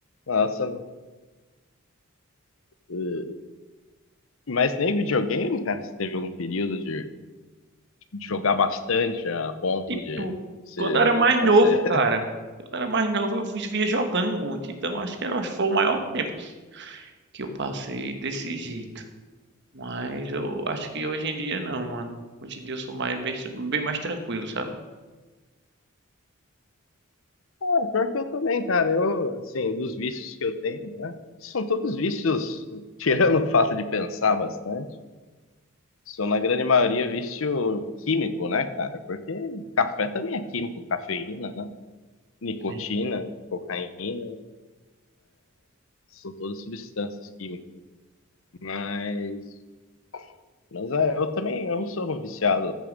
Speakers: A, on the left; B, on the right.
A: Nossa, eh, mas nem videogame, cara, você teve algum período de, de jogar bastante a ponto
B: Tipo,
A: de você
B: quando eu era mais
A: não fazer.
B: novo,
A: <laughs>
B: cara. Quando eu era mais novo, eu vivia jogando muito. Então, acho que era, acho que foi o maior tempo que eu passei desse jeito. Mas eu acho que hoje em dia não, mano. Hoje em dia eu sou mais bem, bem mais tranquilo, sabe?
A: Ah, pior que eu também, cara. Eu, assim, dos vícios que eu tenho, né? São todos vícios, tirando o fato de pensar bastante. são na grande maioria vício químico, né, cara? Porque café também é químico, cafeína, né? Nicotina,
B: É.
A: cocaína, são todas substâncias químicas. Mas, mas é, eu também eu não sou um viciado.